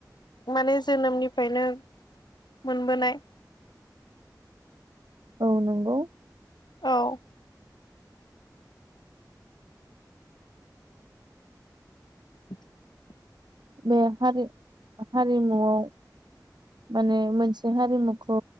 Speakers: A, on the left; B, on the right.
A: माने जोनोमनिफ्रायनो मोनबोनाय।
B: औ नोंगौ
A: औ <unintelligible>
B: बे हारि-हारिमुआव माने मोनसे हारिमुखौ